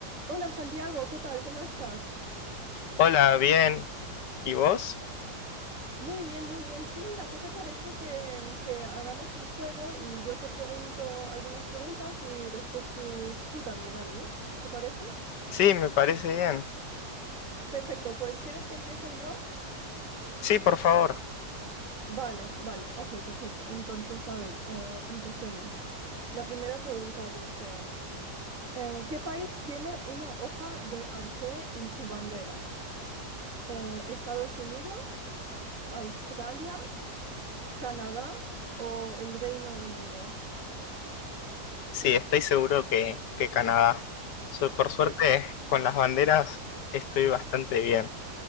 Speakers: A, on the right; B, on the left.
A: Hola Santiago, ¿qué tal? ¿Cómo estás?
B: Hola, bien. ¿Y vos?
A: Muy bien, muy bien. Sí, mira, ¿qué te parece que, que hagamos un juego y yo te pregunto algunas preguntas y después tú, tú también a mí? ¿Te parece?
B: Sí, me parece bien.
A: Perfecto, pues ¿quieres que empiece yo?
B: Sí, por favor.
A: Vale, vale, ok, perfecto. Entonces, a ver, eh, empecemos. La primera pregunta dice, eh, ¿qué país tiene una hoja de arce en su bandera? Eh, ¿Estados Unidos? ¿Australia? ¿Canadá o el Reino Unido?
B: Sí, estoy seguro que, que Canadá. So- por suerte,
A: Sí.
B: con las banderas estoy bastante bien.